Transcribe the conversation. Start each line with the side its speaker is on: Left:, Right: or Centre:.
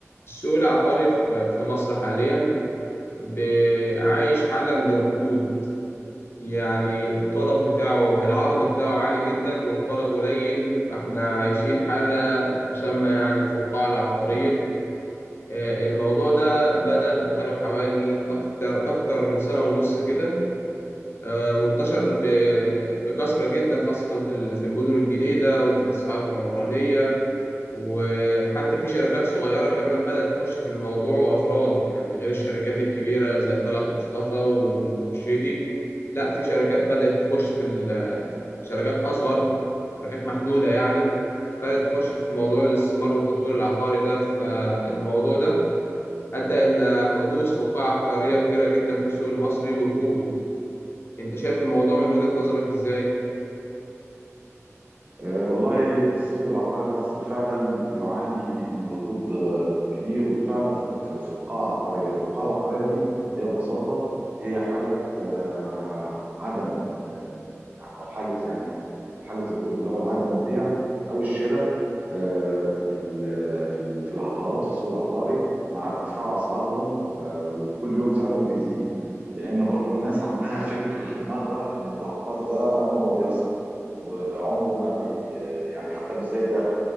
Left: السوق العقاري في في مصر حاليا ب- عايش حالة من الركود يعني الطلب بتاعه العرض بتاعه عالي جدا والطلب قليل فاحنا عايشين حالة تسمى يعني الفقاعة العقارية آه، الموضوع ده بدأ بقاله حوالي أكتر أكتر من سنة ونص كده آه، وانتشر ب- بكثرة جدا خاصة في ال- في المدن الجديدة والتوسعات العمرانية وحتى في شركات صغيرة كمان بدأت تخش في الموضوع وأفراد يعني غير الشركات الكبيرة زي طلعت مصطفى والمرشدي لا في شركات بدأت تخش في ال- شركات أصغر شركات محدودة يعني بدأت تخش في موضوع الاستثمار والتطوير العقاري ده فالموضوع ده أدى إلى حدوث فقاعة عقارية كبيرة جدا في السوق المصري وركود أنت شايف الموضوع من وجهة نظرك إزاي؟
Right: أه، والله السوق العقاري في مصر فعلا يعاني من ركود أه، كبير وفعلا في في- في القاعة العقارية، القاعة العقارية دي هي ببساطة هي حالة أه، عدم أه، يعني- أو حالة يعني حالة الركود اللي هو عدم البيع أو الشراء أه، في ال- في ال- في العقارات في السوق العقاري مع ارتفاع أسعارهم ف- وكل يوم سعرهم بيزيد لأن برضو الناس عندها فكر في دماغها إن العقار ده عمره ما بيخسر. وعمره ما بي يعني حتى مش زي الذهب